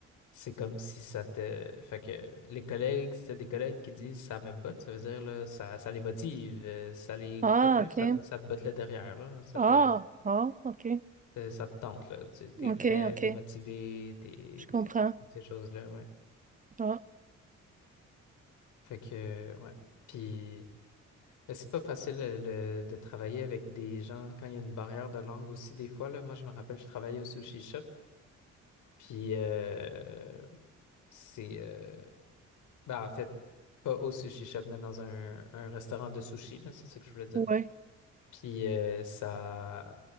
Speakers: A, on the left (about 80°); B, on the right (about 25°).
A: c'est comme si ça te. Fait que les collègues, si t'as des collègues qui disent ça me botte, ça veut dire, là, ça, ça les motive, euh, ça les.
B: Ah,
A: Un peu,
B: OK.
A: ça, ça te botte le derrière, là. Ça
B: Ah,
A: te,
B: ah, OK.
A: te- ça te tente, là. Tu
B: OK,
A: es prêt,
B: OK.
A: t'es motivé, t'es,
B: Je comprends.
A: t'es- toutes ces choses-là, ouais.
B: Ah,
A: Fait que, ouais. Puis. Mais C'est pas facile euh, le- de travailler avec des gens quand il y a une barrière de langue aussi des fois là. Moi, je me rappelle, je travaillais au sushi shop, puis euh, c'est euh, ben, en fait pas au sushi shop, mais dans un, un restaurant de sushi là, c'est ça que je voulais dire.
B: ouais.
A: Puis euh, ça,